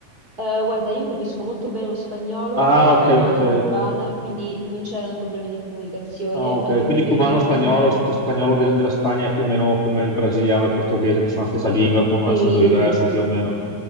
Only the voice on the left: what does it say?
Ah,
ok,
ok.
Ah, ok.
Quindi
cubano,
spagnolo
e spagnolo de- della Spagna è più o meno come il brasiliano e il portoghese, che sono la stessa lingua con un
accento diverso più o meno.